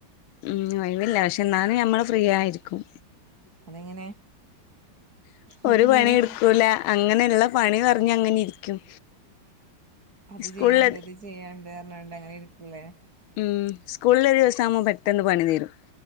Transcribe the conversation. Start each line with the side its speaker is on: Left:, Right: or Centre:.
Left: ഹ്മ്മ്, ഒഴിവില്ല പക്ഷെ ഇന്നാലും ഞമ്മള് ഫ്രീയായിരിക്കും.
Right: അതെങ്ങനെ? ഒഴിവില്ലേ
Left: ഒരു പണി എടുക്കൂല അങ്ങനെയുള്ള പണി പറഞ്ഞങ്ങനെ ഇരിക്കും.
Right: അത്
Left: സ്കൂളില്
Right: ചെയ്യാണ്ട് ഇത് ചെയ്യാണ്ട് കഞ്ഞാണ്ട് അങ്ങനെ ഇരിക്കൂലേ.
Left: മ് സ്കൂളിലെ ദിവസ ആവുമ്പോൾ പെട്ടെന്ന് പണി തീരും